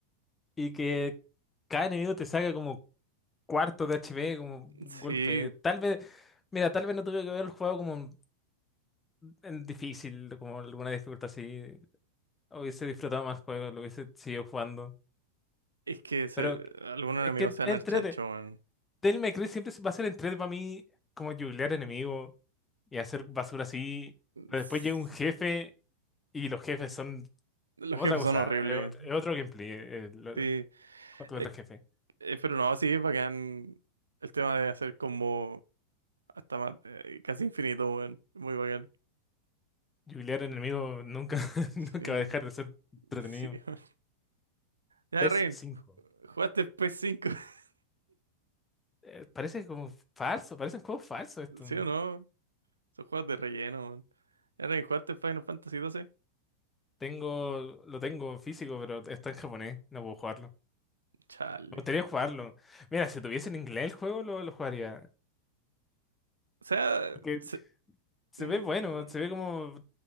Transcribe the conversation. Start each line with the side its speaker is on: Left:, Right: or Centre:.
Left: Y que cada enemigo te saca como cuarto de HP, como un
Right: Sí,
Left: golpe. Tal vez... Mira, tal vez no tuve que haber jugado como en en difícil, como alguna dificultad así. Hubiese disfrutado más el juego, lo hubiese seguido jugando.
Right: es que se-
Left: Pero
Right: algunos
Left: es
Right: enemigos
Left: que
Right: se dan
Left: entrete.
Right: al chancho, man.
Left: Del May Cry siempre va a ser entrete para mí como jubilear enemigos. y hacer basura así. Pero
Right: S-
Left: después llega un jefe y los jefes son
Right: Los
Left: otra
Right: jefes
Left: cosa,
Right: son horribles.
Left: es ot- es otro gameplay. eh, lo-
Right: Sí,
Left: Otro
Right: Eh,
Left: otro jefe.
Right: eh, pero no, sí, es bacán. El tema de hacer combo hasta más, eh, casi infinito, man. Muy bacán.
Left: Jubilear enemigo nunca, <laughs> nunca
Right: Sí,
Left: va a dejar de ser entretenido.
Right: sí. <laughs> Ya,
Left: PES
Right: Rain,
Left: cinco
Right: ¿jugaste P S cinco <laughs>
Left: Eh, parece como falso, parece un juego falso esto.
Right: ¿Sí o no? Son juegos de relleno, ¿Era que jugaste Final Fantasy XII?
Left: Tengo, lo tengo en físico, pero está en japonés, no puedo jugarlo.
Right: Chale.
Left: Me gustaría jugarlo. Mira, si tuviese en inglés el juego, lo, lo jugaría.
Right: O sea,
Left: Porque
Right: se-
Left: se
Right: mm,
Left: ve bueno, se ve como